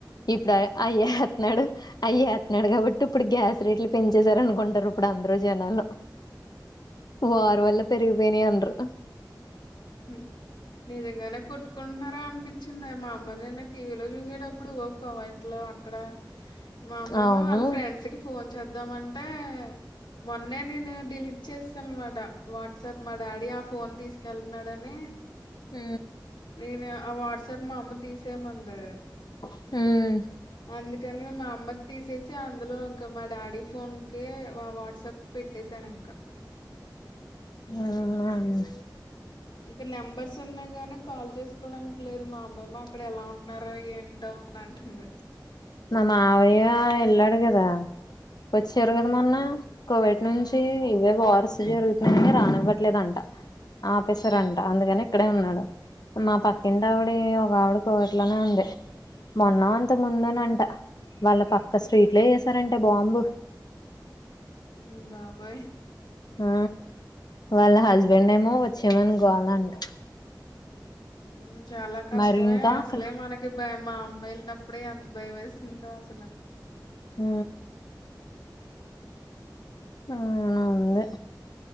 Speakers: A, on the left (about 60°); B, on the left (about 85°).
A: ఇప్పుడు అయ్ అయేతున్నాడు అయ్ ఏతున్నాడు కాబట్టి ఇప్పుడు గ్యాస్ రేట్లు పెంచేశారు అనుకుంటారు ఇప్పుడు అన్ దరు జనాలు వారు వల్ల పెరిగిపోయినయ్ అనరు
B: ఉ నిజంగానే కొట్టుకున్నారా అనిపిచ్చింది మా అమ్మ నినా టీవీలో చూసేటప్పుడు ఒక్క వైట్లో వక్కడ మా అమ్మేమో
A: అవును
B: వాళ్ళ ఫ్రెండ్స్ కి ఫోన్ చ్ చేద్దామంటే మొన్నే నేను డిలీట్ చేసేసాను అనమాట వాట్సాప్ మా డాడీ నా ఫోన్ తీసుకెళ్తున్నాడని
A: ఊ
B: నేనే ఆ వాట్సాప్ మా అమ్మ తీసేయమంది
A: ఊమ్
B: అందుకని మా అమ్మది తీసేసి అందులో ఇంక మా డాడీ ఫోన్ కీ వా వాట్సాప్ పెట్టసాను ఇంకా
A: అవునండి
B: ఉ ఇంకా నెంబర్స్ ఉన్నాయి గాని కాల్ చేసుకోవడానికి లేదు మా అమ్మ ఏమో అక్కడ ఎలా ఉన్నారో ఏంటో అని అంటుంది
A: మా మావయ్య వెళ్లాడు కదా వచ్చారు
B: హ్మ్.
A: కదా మొన్న కోవిడ్ నుంచి
B: ఆ
A: ఇవే వార్స్ జరుగుతుంది రానివ్వట్లేదంట ఆపేశారంట
B: హ్మ్
A: అందుకని ఇక్కడే ఉన్నాడు మా పక్కింటి ఆవిడి ఒక ఆవిడి కోవిడ్లోనే ఉంది మొన్న
B: హ్మ్
A: అంతకుముందని ట వాళ్ళ పక్క స్ట్రీట్లే ఏసారంట బాంబు
B: ఉమ్ బాబోయ్ హ్మ్.
A: ఉ వాళ్ళ హస్బెండ్ ఏమో వచ్చేయ్ మని గోలంట
B: ఉ చాలా కష్టమే
A: మరి ఇంకా
B: అసలే
A: అక్కడ
B: మనకి భయం మా అమ్మయిలుకి అప్పుడే అంత భయం వేసిందో అసలు
A: ఉ ఊ ఉంది